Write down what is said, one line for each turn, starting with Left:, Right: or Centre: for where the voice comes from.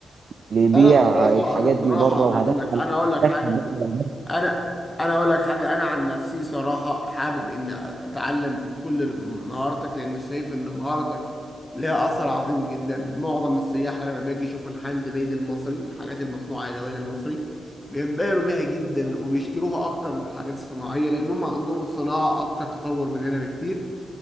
Right: اللي يبيع
Left: انا صراحه
Right: الحاجات
Left: انا صراحه
Right: دي بره
Left: انا
Right: وهدخل
Left: اقول لك انا اقول لك
Right: دخل
Left: حاجه
Right: بلد
Left: انا انا اقول لك حاجه انا عن نفسي صراحه حابب اني اتعلم كل مهاراتك لان شايف ان مهارتك ليها اثر عظيم جدا معظم السياح لما باجي يشوف الهاند ميد المصري الحاجات المصنوعه يدويا المصري بينبهروا بيها جدا وبيشتروها اكتر من الحاجات الصناعيه لان هم عندهم الصناعه اكتر تطور مننا بكتير